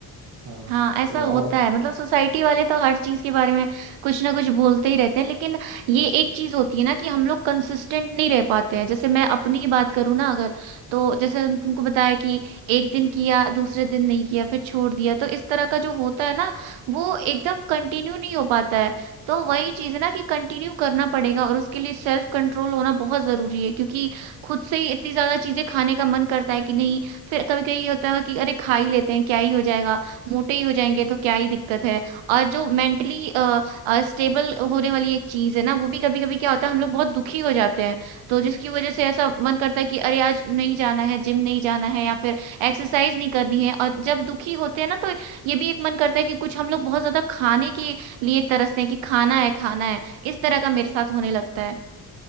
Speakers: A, on the right; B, on the right.
A: हाँ
B: हाँ ऐसा
A: तो
B: होता
A: आ,
B: है मतलब सोसाइटी वाले तो हर चीज के बारे में कुछ ना कुछ बोलते ही रहते हैं लेकिन ये एक चीज होती है ना कि हम लोग कंसिस्टेंट नहीं रह पाते हैं जैसे मैं अपनी ही बात करूँ ना अगर तो जैसे हम तुमको बताया कि एक दिन किया दूसरे दिन नहीं किया फिर छोड़ दिया तो इस तरह का जो होता है ना वो एकदम कंटिन्यू नहीं हो पाता है तो वही चीज है ना कि कंटिन्यू करना पड़ेगा और उसके लिए सेल्फ कंट्रोल होना बहुत जरूरी है क्योंकि खुद से ही इतनी ज्यादा चीजें खाने का मन करता है कि नहीं फिर कभी कभी होता है कि अरे खा ही लेते हैं क्या ही हो जाएगा मोटे ही हो जाएंगे तो क्या ही दिक्कत है और जो मेंटली स्टेबल होने वाली एक चीज है ना वो भी कभी कभी क्या होता है हम लोग बहुत दुखी हो जाते हैं तो जिसकी वजह से ऐसा मन करता है कि अरे आज नहीं जाना है जिम नहीं जाना है या फिर एक्सरसाइज नहीं करनी है और जब दुखी होते हैं ना तो ये भी एक मन करता है कि कुछ हम लोग बहुत ज्यादा खाने के लिए तरसते हैं कि खाना है खाना है इस तरह का मेरे साथ होने लगता है <laughs>